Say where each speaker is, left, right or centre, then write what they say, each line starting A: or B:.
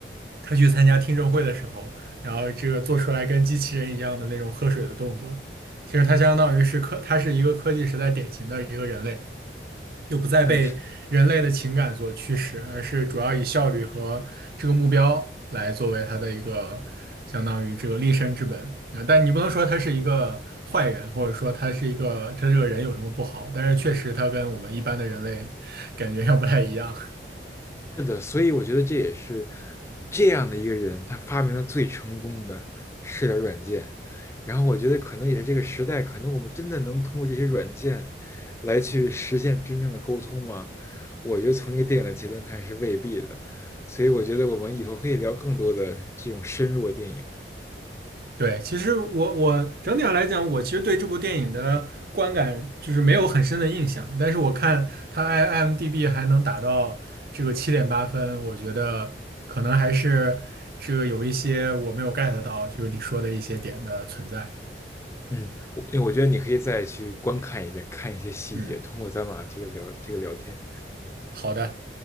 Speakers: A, on the right; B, on the left.
A: 他去参加听证会的时候，然后这个做出来跟机器人一样的那种喝水的动作，其实他相当于是科，他是一个科技时代典型的一个人类。又不再被人类的情感所驱使，
B: 嗯，是
A: 而是主要以效率和这个目标来作为他的一个相当于这个立身之本啊。但你不能说他是一个坏人，或者说他是一个他这个人有什么不好，但是确实他跟我们一般的人类感觉要不太一样。
B: 的，所以我觉得这也是这样的一个人，他发明了最成功的社交软件。然后我觉得可能也是这个时代，可能我们真的能通过这些软件来去实现真正的沟通吗？我觉得从这个电影的结论看是未必的。所以我觉得我们以后可以聊更多的这种深入的电影。
A: 对，其实我我整体上来讲，我其实对这部电影的观感就是没有很深的印象，但是我看它 IMDB 还能打到这个七点八分，我觉得可能还是这个有一些我没有 get 到，就是你说的一些点的存在。
B: 嗯，我我觉得你可以再去观看一遍，看一些细节，
A: 嗯，
B: 通过咱俩这个聊这个聊天。
A: 好的。